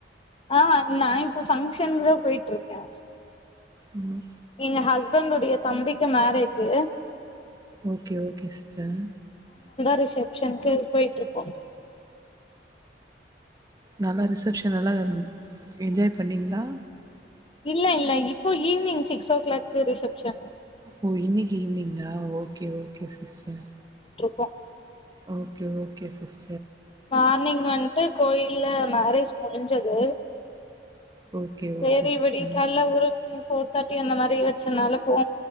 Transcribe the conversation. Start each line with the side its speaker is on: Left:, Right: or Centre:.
Left: ஆ நா இப்ப ஃபங்ஷனுக்குதா போயிட்ருக்க
Right: ம்
Left: எங்க ஹஸ்பண்ட்டொடைய தம்பிக்கு மேரேஜு
Right: ஓகே ஓகே சிஸ்டர்
Left: ரிசப்ஷன்க்கு போய்ட்ருக்கோ
Right: நல்லா ரிசப்ஷன் எல்லா ம் என்ஜாய் பண்ணிங்ளா
Left: இல்ல இல்ல இப்போ evening six o'clock reception
Right: ஓ இன்னைக்கு ஈவினிங்கா ஓகே ஓகே சிஸ்டர்
Left: கோ
Right: okay okay sis
Left: morning வந்ட்டு கோயில்ல மேரேஜ் முடிஞ்சது
Right: ஓகே,
Left: சேரி
Right: ஓகே சிஸ்டர்.
Left: விடியக்காலல ஊருக் ஃபோர் தேர்ட்டி அந்த மாரி எந்ச்சனாலும்